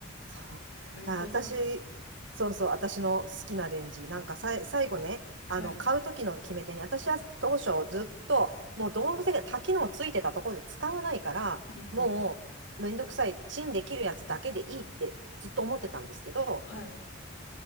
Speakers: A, on the right; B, on the left.
A: そう。
B: お利口さん。
A: だから私、そうそう、私の好きなレンジ。なんかさい、最後ね、
B: はい。
A: あの、買う時の決め手に、私は当初ずっと、もうどうせ多機能ついてたところで使わないから、
B: うんうん。
A: もうめんどくさい、チンできるやつだけでいいってずっと思ってたんですけど、
B: はい。